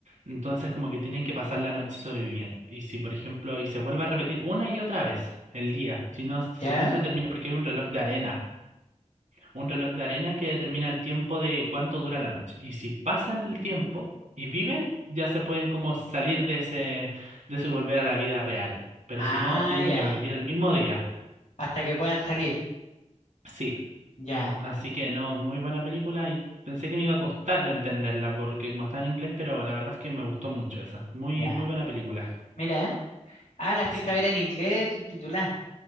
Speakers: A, on the right; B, on the left.
A: Entonces, como que tienen que pasar la noche sobreviviendo. Y si, por ejemplo, y se vuelve a repetir una y otra vez el día, si no, si
B: ¿Ya?
A: no se termina, porque hay un reloj de arena un reloj de arena que determina el tiempo de cuánto dura la noche. Y si pasa el tiempo y viven, ya se pueden como salir de ese, de eso y volver a la vida real. Pero
B: Ah,
A: si no, tienen
B: ya.
A: que repetir el mismo día.
B: Hasta que puedan salir.
A: Sí,
B: Ya,
A: así que no, muy buena película y pensé que me iba a costar entenderla porque como está en inglés, pero la verdad es que me gustó mucho esa. Muy,
B: ya.
A: muy buena película.
B: Mira. Ah, la fuiste
A: Sí.
B: a ver en inglés, subtitulada.